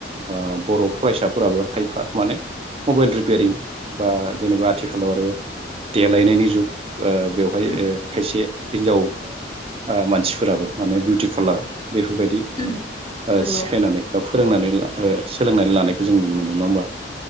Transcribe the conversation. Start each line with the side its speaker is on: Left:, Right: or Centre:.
Right: ओ बर फरायसाफोराबो खायफा माने मबाइल रिपायारिं बा जेनेबा आथिखालाव आरो देलायनायनि जुग ओ बेवहाय
Left: उम,
Right: ओ खायसे हिन्जाव आ मान सिफोराबो माने बिउटि पार्लार बेफोरबायदि
Left: उम,
Right: ओ
Left: नंगौ
Right: सिखायनानै गाव फोरोंनानै ला ओ सोलोंनानै लानायखौ जों नुनो मोनदों नङा होमबा